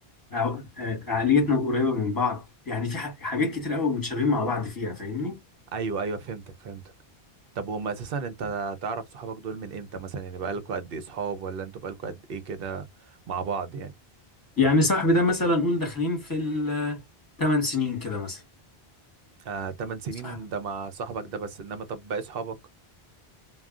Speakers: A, on the left; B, on the right.
A: عو- آه، عقليتنا قريبة من بعض يعني في ح- حاجات كتير قوي متشابهين مع بعض فيها فاهمني؟
B: ايوه ايوه فهمتك فهمتك طب هم اساسا انت تعرف صحابك دول من امتى مثلا يعني بقالكوا قد ايه صحاب ولا انتوا بقالكوا قد ايه كده مع بعض يعني
A: يعني صاحبي ده مثلا نقول داخلين في ال 8 سنين كده مثلا
B: آه 8 سنين
A: صح.
B: ده مع صاحبك ده بس انما طب باقي صحابك